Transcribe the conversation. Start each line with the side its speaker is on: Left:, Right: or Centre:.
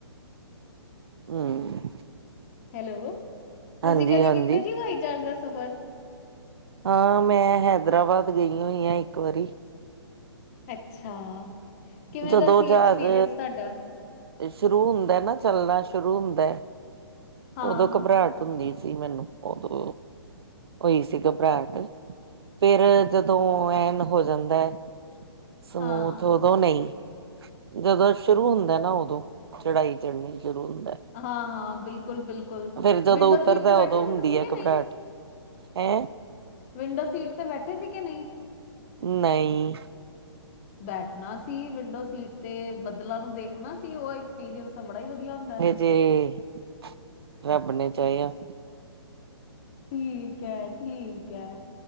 Right: ਹੂੰ।
Left: ਹੈਲੋ, ਤੁਸੀਂ
Right: ਹਾਂਜੀ
Left: ਕਦੇ
Right: ਹਾਂਜੀ
Left: ਕੀਤਾ ਜੀ ਹਵਾਈ ਜਹਾਜ਼ ਦਾ ਸਫ਼ਰ?
Right: ਹਾਂ ਮੈਂ ਹੈਦਰਾਬਾਦ ਗਈ ਹੋਈ ਹਾਂ, ਇੱਕ ਵਾਰੀ।
Left: ਅੱਛਾ, ਕਿਵੇਂ
Right: ਜਦੋਂ
Left: ਦਾ ਸੀ
Right: ਜਹਾਜ਼
Left: ਐਕਸਪੀਰੀਅੰਸ ਤੁਹਾਡਾ।
Right: ਸ਼ੁਰੂ ਹੁੰਦਾ ਨਾ ਚੱਲਣਾ, ਸ਼ੁਰੂ ਹੁੰਦਾ
Left: ਹਾਂ,
Right: ਉਦੋਂ ਘਬਰਾਹਟ ਹੁੰਦੀ। ਸੀ ਮੈਨੂੰ, ਉਦੋਂ ਹੋਈ ਸੀ ਘਬਰਾਹਟ। ਫੇਰ ਜਦੋਂ ਐਨ ਹੋ ਜਾਂਦਾ ਹੈ, ਸਮੂਥ
Left: ਹਾਂ,
Right: ਉਦੋਂ ਨਹੀਂ। ਜਦੋਂ ਸ਼ੁਰੂ ਹੁੰਦਾ ਨਾ ਉਦੋਂ, ਚੜਾਈ ਚੜਨੀ ਸ਼ੁਰੂ ਹੁੰਦਾ।
Left: ਹਾਂ ਬਿਲਕੁਲ- ਬਿਲਕੁਲ
Right: ਫੇਰ ਜਦੋਂ
Left: ਵਿੰਡੋ
Right: ਉਤਰਦਾ
Left: ਸੀਟ ਤੇ ਬੈਠੇ
Right: ਉਦੋਂ
Left: ਸੀ
Right: ਹੁੰਦੀ
Left: ਤੁਸੀਂ
Right: ਹੈ
Left: ਕਿ
Right: ਘਬਰਾਹਟ
Left: ਨਹੀਂ?
Right: ਹੈਂ?
Left: ਵਿੰਡੋ ਸੀਟ ਤੇ ਬੈਠੇ ਸੀ ਕਿ ਨਹੀਂ?
Right: ਨਹੀਂ।
Left: ਬੈਠਣਾ ਸੀ ਵਿੰਡੋ ਸੀਟ ਤੇ, ਬਦਲਾਂ ਨੂੰ ਦੇਖ ਕਰਨਾ ਸੀ, ਉਹ ਐਕਸਪੀਰੀਅੰਸ ਤਾਂ ਬੜਾ ਹੀ ਵਧੀਆ ਹੁੰਦਾ।
Right: ਤੇ ਰੱਬ ਨੇ ਚਾਹਿਆ।
Left: ਠੀਕ ਹੈ- ਠੀਕ ਹੈ,